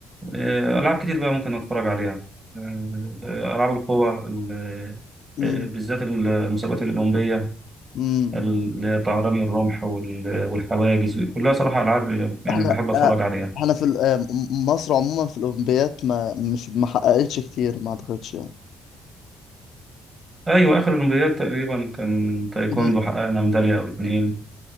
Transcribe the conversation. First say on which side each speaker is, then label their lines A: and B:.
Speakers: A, on the right; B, on the left.
A: آه، العاب كتير بقى ممكن اتفرج عليها آه، آه، العاب القوى ال-
B: امم
A: آه، بالذات المسابقات الاولمبيه
B: امم
A: اللي هي طهراني الرمح وال- والحواجز كلها صراحة ألعاب يعني
B: احنا
A: بحب أتفرج
B: آه،
A: عليها
B: احنا في ال- آه، م- مصر عموما في الاولمبيات ما مش ما حققتش كتير ما اعتقدش يعني
A: أيوة آخر الأولمبياد تقريبا كان تايكوندو
B: إن-
A: حققنا ميدالية أو اتنين